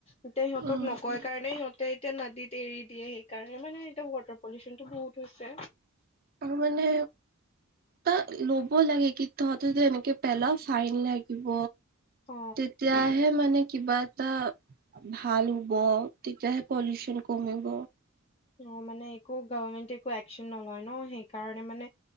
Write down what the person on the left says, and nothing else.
এতিয়া সিহঁতক
নকয় কাৰণে সিহঁতে এতিয়া নদীত এৰি দিয়ে সেইকাৰণে মানে এতিয়া ৱাটাৰ পলিউচন টো বহুত হৈছে।
অ
অ মানে একো গভৰ্মেনট একো একচন নলয় ন সেই। কাৰণে মানে